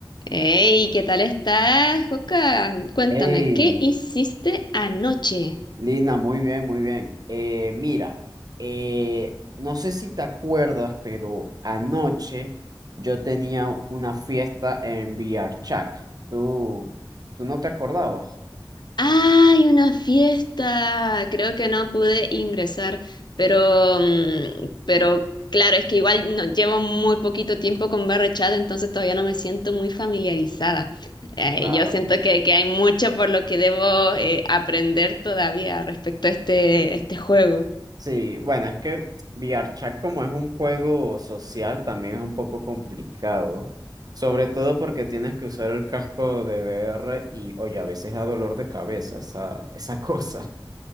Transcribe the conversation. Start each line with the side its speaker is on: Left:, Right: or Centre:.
Left: Hey, ¿qué tal estás, Joca? Cuéntame,
Right: Hey,
Left: ¿qué hiciste anoche?
Right: Lina, muy bien, muy bien. Eh, mira, eh, no sé si te acuerdas, pero anoche yo tenía una fiesta en VRChat. ¿Tú, tú no te acordabas?
Left: ¡Ay, una fiesta! Creo que no pude ingresar, pero, mm, pero claro, es que igual no, llevo muy poquito tiempo con Barra Chat, entonces todavía no me siento muy familiarizada. Eh,
Right: Claro.
Left: yo siento que, que hay mucho por lo que debo eh, aprender todavía respecto a este, este juego.
Right: Sí, bueno, es que VRChat como es un juego social, también es un poco complicado. Sobre todo porque tienes que usar el casco de VR y, oye, a veces da dolor de cabeza esa, esa <laughs> cosa.